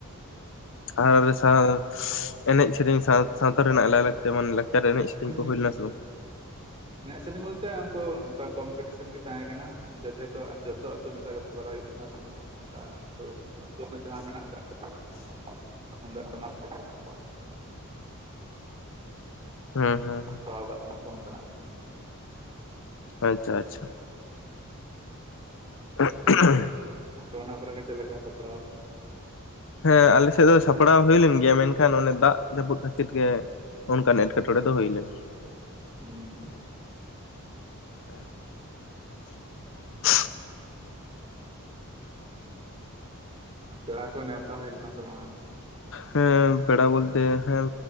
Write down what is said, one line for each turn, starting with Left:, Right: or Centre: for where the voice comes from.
Left: ᱟᱨ ᱥᱟᱶ ᱮᱱᱮᱡ ᱥᱮᱨᱮᱧ ᱥᱟᱶ ᱥᱟᱶᱛᱟ ᱨᱮᱱᱟᱜ ᱞᱟᱭ ᱞᱟᱠᱪᱟᱨ ᱡᱮᱢᱚᱱ ᱞᱮᱠᱪᱟᱨ ᱮᱱᱮᱡ ᱥᱮᱨᱮᱧ
Right: ᱦᱩᱸ
Left: ᱠᱚ ᱦᱩᱭ
Right: ᱦᱩᱸ
Left: ᱞᱮᱱᱟ ᱥᱮ ᱵᱟᱝ
Right: ᱮᱱᱮᱡ ᱥᱮᱨᱮᱧ ᱵᱚᱞᱛᱮ ᱩᱱᱠᱩ ᱚᱱᱠᱟ ᱮᱱᱮᱡ ᱥᱮᱨᱮᱧ ᱵᱳᱞᱛᱮ ᱠᱚᱢᱯᱤᱴᱤᱥᱮᱱ ᱜᱮ ᱛᱟᱦᱮᱸ ᱠᱟᱱᱟ ᱾ ᱡᱚᱫᱮᱦᱮᱛᱩ ᱡᱚᱛᱚ ᱟᱛᱳ ᱢᱮᱥᱟ ᱠᱟᱛᱮ ᱠᱚᱨᱟᱣ ᱦᱩᱭᱩᱜ ᱚᱱᱟ ᱠᱚᱫᱚ ᱦᱟᱸᱜ ᱱᱚᱝᱠᱟ ᱟᱛᱩ ᱨᱮᱱᱟᱜ ᱡᱟᱦᱟᱸ ᱢᱮᱱᱟᱜ ᱟᱠᱟᱫ ᱛᱟᱠᱚᱣᱟ᱾ ᱛᱩᱢᱫᱟ. ᱜ ᱴᱟᱢᱟᱜ ᱛᱮᱜᱮᱢ ᱦᱟᱜ
Left: ᱦᱩᱸ ᱦᱩᱸ
Right: ᱯᱟᱲᱟᱣ ᱠᱟᱜ ᱠᱟᱱᱟ ᱠᱚ ᱚᱱᱠᱟᱱᱟᱜ ᱦᱩᱭᱱᱟ
Left: ᱟᱪᱪᱷᱟ ᱟᱪᱪᱷᱟ, <unintelligible>
Right: ᱟᱯᱮ ᱚᱱᱟ ᱠᱚᱨᱮᱜᱮ ᱪᱮᱫ ᱞᱮᱠᱟ ᱥᱟᱯᱲᱟᱣ
Left: ᱦᱮᱸ
Right: ᱟᱯᱮ
Left: ᱟᱞᱮᱥᱮᱫ
Right: ᱠᱚ?
Left: ᱫᱚ ᱥᱟᱯ ᱥᱟᱯᱲᱟᱣ ᱦᱩᱭ ᱞᱮᱱ ᱜᱮᱭᱟ ᱢᱮᱱᱠᱷᱟᱱ ᱚᱱᱮ ᱫᱟᱜ ᱡᱟᱹᱯᱩᱫ ᱠᱷᱟᱹᱛᱤᱨ ᱜᱮ ᱚᱱᱠᱟᱱ ᱮᱴᱠᱮᱴᱚᱬᱮ ᱫᱚ ᱦᱩᱭ ᱞᱮᱱᱟ
Right: ᱦᱩᱸ
Left: ᱟᱪᱪᱷᱟ ᱟᱪᱪᱷᱟ <unintelligible>
Right: ᱟᱨ ᱯᱮᱲᱟ ᱠᱚ ᱱᱮᱣᱛᱟ ᱦᱩᱭ ᱞᱮᱱᱟ ᱥᱮ ᱵᱟᱝᱼᱟ
Left: ᱦᱮᱸ ᱯᱮᱲᱟ ᱵᱚᱞᱛᱮ ᱦᱮᱸ